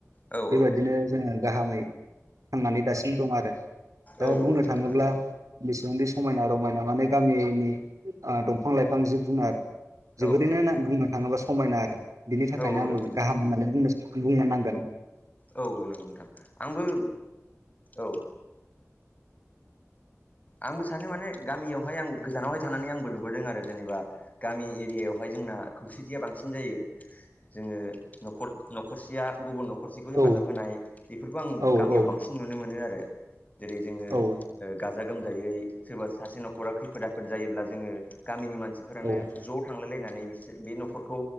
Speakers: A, on the left; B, on the right.
A: औ
B: बेबायदिनो जोङो गाहामै थांनानै दासिम दं आरो दा
A: औ
B: बुंनो थाङोब्ला बिसेंदि समायना रमायना माने गामिनि आ दंफां लाइफां जिब जुनार जोबोरैनो
A: औ
B: ना बुंनो थाङोब्ला समायना आरो बिनि थाखायनो
A: औ
B: आंबो
A: नंगौ नोंथां
B: गाहाम होननानै बुंनो बुंनो नांगोन
A: औ औ नोंगौ नोंथां आंबो औ आंबो सानो माने गामियावहाय आं गोजानावहाय थानानै आंबो लु नुबोदों आरो जेनेबा गामि एरियायावहाय जोंना खौसेथिया बांसिन जायो जोङो न'खर न'खरसेया गुबुन न खरसेखौ हेफाजाब
B: औ
A: होनाय बेफोरखौ आं
B: औ
A: गामियाव
B: औ
A: बांसिन नुनो मोनो आरो जेरै जोङो
B: औ
A: ओ गाजा गोमजायै सोरबा सासे न'खरा खैफोद आफोद जायोब्ला जोङो गामिनि मानसि बेफोरानो
B: औ
A: ज' थांलायलायनानै बिसो बे न'खरखौ